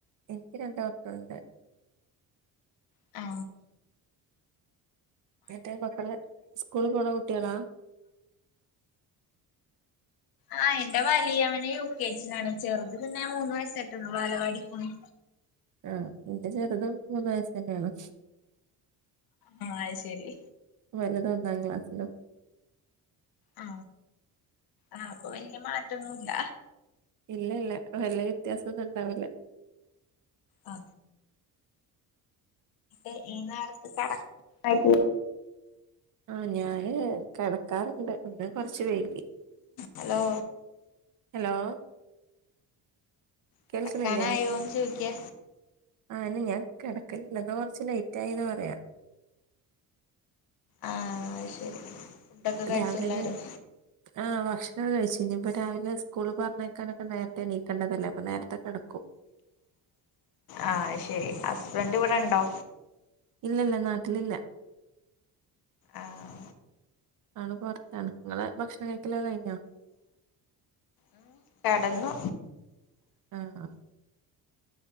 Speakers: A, on the right; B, on the left.
A: എനിക്ക് രണ്ടുമക്കളുണ്ട്.
B: ആ.
A: എത്രയാ മക്കള് സ്കൂളില് പോണ കുട്ടികളാ?
B: ആ എന്റെ വലിയ അവൻ യു. കെ. ജിയിലാണ്. ചെറുത് പിന്നെ മൂന്ന് വയസായിട്ടുള്ളു ബാലവാടി പോണ്.
A: ആ ഇന്റെ ചെറുതും മൂന്ന് വയസ് തന്നെയാണ്.
B: ആ അത്ശരി.
A: വലുത് ഒന്നാം ക്ലാസിലും.
B: ആ ആ അപ്പൊ വല്യ മാറ്റന്നുല്ല.
A: ഇല്ല ഇല്ല വല്യ വ്യത്യാസം ഒന്നും ഉണ്ടാവില്ല.
B: ആ ഇ ഈ നേരത്ത് കെട <unintelligible>
A: ആ ഞാന് കിടക്കാറുണ്ട്. ഇന്ന് കൊറച്ച് വൈകി.
B: ഹലോ
A: ഹലോ കേൾക്കുന്നില്ലേ
B: കിടക്കാനായോന്ന് ചോയിക്ക?
A: ആ ഞാൻ കിടക്കലില്ല. ഇന്ന്കൊറച്ച് ലേറ്റായിന്ന് പറയാ
B: ആ ശരി. ഫുഡൊക്കെ കഴിച്ചോ
A: രാവിലെ
B: എല്ലാരും
A: ഇനി. ആഹ് ഭക്ഷണം കഴിച്ചു. ഇനിയിപ്പ രാവിലെ സ്കൂള് പറഞ്ഞയക്കാനൊക്കെ നേരത്തെ എണീക്കണ്ടതല്ലേ. അപ്പൊ നേരത്തെ കിടക്കും.
B: ആ അഹ്ശരി ഹസ്ബൻറ് ഇവിടെ ഉണ്ടോ?
A: ഇല്ല ല്ല നാട്ടിലില്ല.
B: ആഹ്
A: ആള് പുറത്താണ്. ഇങ്ങളെ ഭക്ഷണം കഴിക്കലൊക്കെ കഴിഞ്ഞോ?
B: ഉം കെടന്നു.
A: ആഹ്